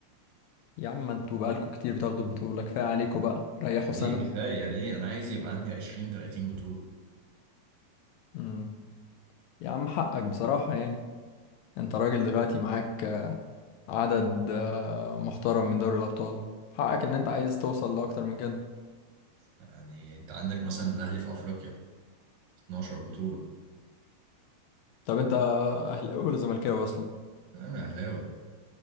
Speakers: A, on the left; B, on the right.
A: يا عم انتوا بقالكوا كتير بتاخدوا البطولة كفاية عليكوا بقى ريحوا
B: دي
A: سنة
B: كفايه ليه انا عايز يبقى عندي 20 30 بطوله
A: مم. يا عم حقك بصراحة يعني انت راجل دلوقتي معاك آه، عدد آه، محترم من دوري الأبطال حقك ان انت عايز توصل لأكتر من كده
B: يعني انت عندك مثلا الاهلي في افريقيا 12 بطولة
A: طب انت أهلاوي ولا زملكاوي أصلا؟
B: انا اهلاوي